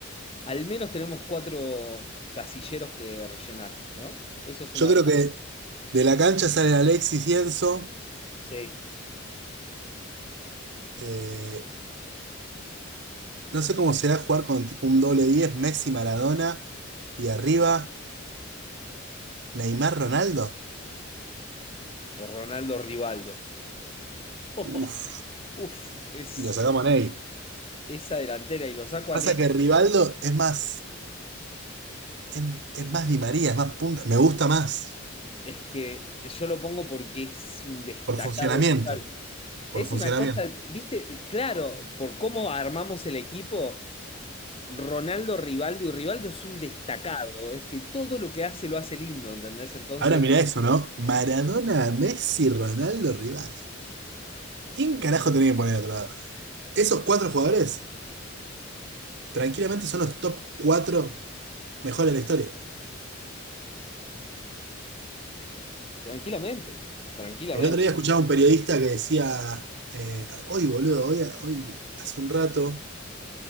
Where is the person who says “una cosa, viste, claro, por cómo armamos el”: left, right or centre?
Left